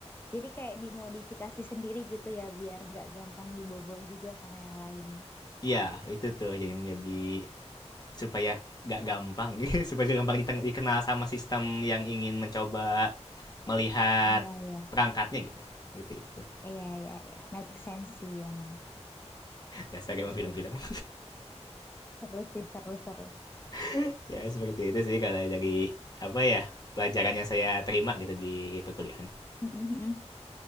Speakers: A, on the left; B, on the left.
A: Jadi kayak dimodifikasi sendiri gitu ya, biar nggak gampang dibobol juga sama yang lain.
B: Iya, itu tuh jadi jadi supaya gak gampang <laughs> supaya gak gampang diten- dikenal sama sistem yang ingin mencoba melihat
A: Ah, Iya, iya,
B: perangkatnya gitu. Seperti itu.
A: iya, iya, iya. Make sense sih emang.
B: Dasar
A: Betul,
B: emang film-film.
A: betul, betul. Seru sih, seru, seru.
B: <laughs> ya, seperti itu sih kalau dari apa ya? pelajaran yang saya terima gitu di perkuliahan.
A: Mm, mm, mm.